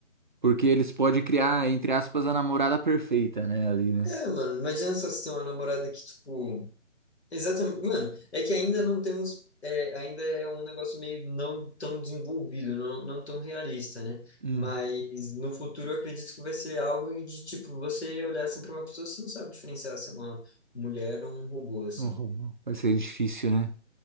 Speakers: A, on the right; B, on the left.
A: Porque eles podem criar, entre aspas, a namorada perfeita, né? Ali, né?
B: É, mano, imagina só se tem uma namorada que, tipo. Exatamente. Mano, é que ainda não temos. é, ainda é um negócio meio não tão desenvolvido, não, não tão realista, né?
A: Hum,
B: Mas no futuro eu acredito que vai ser algo de, tipo, você olhar assim pra uma pessoa, você não sabe diferenciar se é uma mulher ou um robô, assim.
A: o Romão. Vai ser difícil, né?